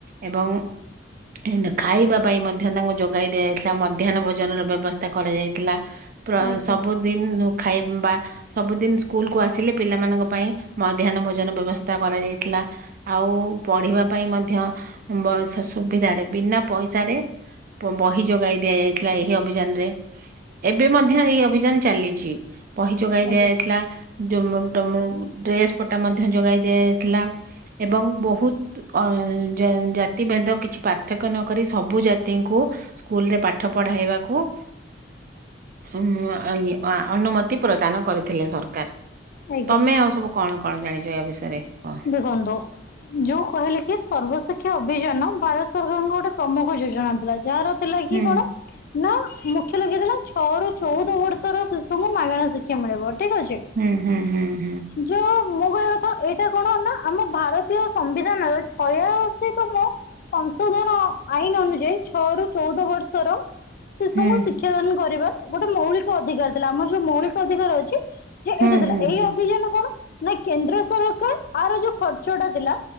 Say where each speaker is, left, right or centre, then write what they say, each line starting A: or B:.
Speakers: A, on the right; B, on the left.
A: ଏବଂ ନ୍ ଖାଇବା ପାଇଁ ମଧ୍ୟ ତାଙ୍କୁ ଯୋଗାଇ ଦିଆଯାଇଥିଲା ମଧ୍ୟାହ୍ନ ଭୋଜନ ର ବ୍ୟବସ୍ ତା କରାଯାଇଥିଲା ପ୍ର
B: ଆଜ୍ଞା
A: ସବୁଦିନ ଖାଇମ୍ୱା ସବୁଦିନି ସ୍କୁଲକୁୁ ଆସିଲେ ପିଲାମାନଙ୍କ ପାଇଁ ମଧ୍ୟାହ୍ନ ଭୋଜନ ବ୍ୟବସ୍ଥା କରାଯାଇଥିଲା। ଆଉ ପଢିବା ପାଇଁ ମଧ୍ୟ ଉମ୍ ବ ସ ସୁବିଧାରେ ବିନା ପଇସାରେ ବ ବହି ଯୋଗାଇ ଦିଆଯାଇଥିଲା ଏହି ଅଭିଯାନରେ। ଏବେ ମଧ୍ୟ ଏଇ ଅଭିଯାନ ଚାଲିଛି ବହି ଯୋଗାଇ
B: ଆଜ୍ଞା
A: ଦିଆଯାଇଥିଲା। ଯୋମମ୍ ଟମେ ଡ୍ରେସ୍ ପଟା ମଧ୍ୟ ଯୋଗାଇ ଦିଆଯାଇଥିଲା ଏବଂ ବହୁତ ଅଁ ଜା ଜାତିଭେଦ କିଛି ପାର୍ଥକ୍ୟ ନ କରି ସବୁ ଜାତିଙ୍କୁ ସ୍କୁଲରେ ପାଠ ପଢ଼ାଇବାକୁ <unintelligible> ଅନୁମତି ପ୍ରଦାନ କରିଥିଲେ ସରକାର
B: ଆଜ୍ଞା
A: ତମେ ଆଉ ସବୁ କଣ କଣ ଜାଣିଛ ୟା ବିଷୟରେ କୁହ।
B: ଦେଖନ୍ତୁ ଯୋଉ କହିଲେ କି ସର୍ବଶିକ୍ଷା ଅଭିଯାନ ଭାରତ ସରକାରଙ୍କ ଗୋଟେ ପ୍ରମୁଖ ଯୋଜନା ଥିଲା ଯାହାର ଥିଲା
A: ହୁଁ
B: କି କଣ ନା ମୁଖ୍ୟ ଲକ୍ଷ୍ୟ ଥିଲା ଛଅ ରୁ ଚୋଉଦ ବର୍ଷର ଶିଶୁଙ୍କୁ ମାଗଣା ଶିକ୍ଷା ମିଳିବ ଠିକ ଅଛି।
A: ହୁଁ ହୁଁ ହୁଁ ହୁଁ।
B: ଯୋ ମୋ କହିବା କଥା ଏ ଏଟା କଣ ନା ଆମ ଭାରତୀୟ ସମ୍ବିଧାନର ଛୟାଅଶୀ ତମ ସଂଶୋଧନ ଆଇନ ଅନୁଯାୟୀ ଛଅ ରୁ ଚୋଉଦ ବର୍ଷର ଶିଶୁଙ୍କୁ
A: ହୁଁ
B: ଶିକ୍ଷାଦାନ କରିବା ଗୋଟେ ମୌଳିକ ଅଧିକାର ଥିଲା ଆମର ଯୋଉ ମୌଳିକ ଅଧିକାର ଅଛି। ଯେ
A: ହୁଁ
B: ଏଇଟା ଥିଲା
A: ହୁଁ
B: ଏଇ
A: ହୁଁ
B: ଅଭିଯାନ କଣ ନା କେନ୍ଦ୍ର ସରକାର ଆର ଯୋଉ ଖର୍ଚ୍ଚ ଟା ଦେଲା